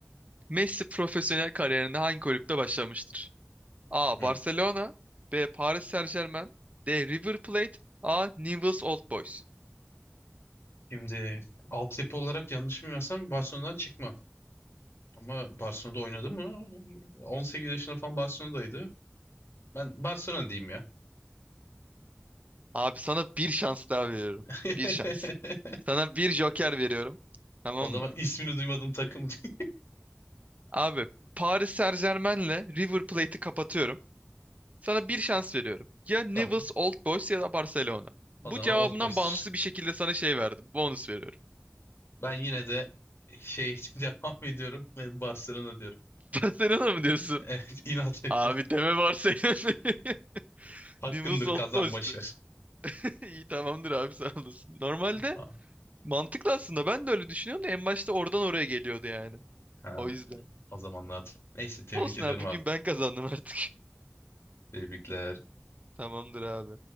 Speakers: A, on the right (about 30°); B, on the left (about 65°).
A: Messi profesyonel kariyerinde hangi kulüpte başlamıştır? A.
B: Hı.
A: Barcelona B. Paris Saint-Germain D. River Plate A. Newell's Old Boys
B: Şimdi altyapı olarak yanlış bilmiyorsam Barcelona'dan çıkma. Ama Barcelona'da oynadı mı? 18 yaşında falan Barcelona'daydı. Ben Barcelona diyeyim ya.
A: Abi sana bir şans daha veriyorum.
B: <laughs>
A: Bir şans. Sana bir joker veriyorum. Tamam
B: O zaman
A: mı?
B: ismini duymadığım takım <laughs> değil.
A: Abi Paris Saint-Germain'le River Plate'i kapatıyorum. Sana bir şans veriyorum. Ya Newell's
B: Tamam.
A: Old Boys ya da Barcelona.
B: O
A: Bu
B: zaman
A: cevabından
B: Old Boys'tur.
A: bağımsız bir şekilde sana şey verdim. Bonus veriyorum.
B: Ben yine de şey <laughs> devam ediyorum ve Barcelona diyorum.
A: <laughs> Barcelona mı diyorsun?
B: Evet, <laughs> inat ettim.
A: Abi deme varsayılan <laughs>
B: Hakkındır
A: Nimbus Oldmost'u.
B: kazan boş ver.
A: <laughs> İyi tamamdır abi sağ olasın. Normalde
B: Ha,
A: mantıklı aslında ben de öyle düşünüyorum da en başta oradan oraya geliyordu yani.
B: ha,
A: O yüzden.
B: o zamanlar hatırlıyorum. Neyse tebrik
A: Olsun
B: ediyorum
A: abi bugün
B: abi.
A: ben kazandım artık.
B: Tebrikler.
A: <laughs> Tamamdır abi.